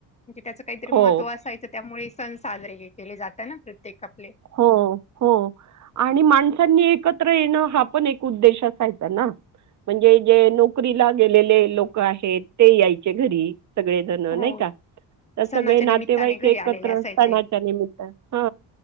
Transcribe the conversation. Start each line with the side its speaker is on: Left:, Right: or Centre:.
Left: म्हणजे त्याचं काहीतरी
Right: हो
Left: महत्व असायच त्यामुळे. सण साजरे केले जात ना. प्रत्येक आपले
Right: हो. हो. आणि माणसांनी एक एकत्र येण हा पण एक उद्देश असायचा ना. म्हणजे जे नोकरीला गेलेले लोक आहेत. ते यायचे घरी सगळे जण.
Left: हो
Right: नाही का. तर
Left: सणाच्या
Right: सगळे नातेवाईक
Left: निमित्ताने घरी
Right: एकत्र
Left: आलेले असायचे
Right: असताना त्या निमित्त हा